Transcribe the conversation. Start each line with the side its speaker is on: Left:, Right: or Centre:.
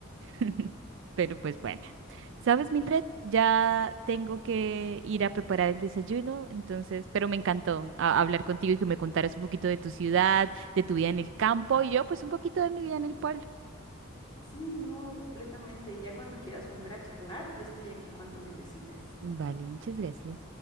Right: <laughs> Pero pues bueno, ¿sabes, Mildred? Ya tengo que ir a preparar el desayuno, entonces, pero me encantó a- hablar contigo y que me contaras un poquito de tu ciudad, de tu vida en el campo y yo pues un poquito de mi vida en el pueblo.
Left: Sí, no, completamente. Ya cuando quieras volver a charlar, yo estoy aquí cuando necesites.
Right: Vale, muchas gracias.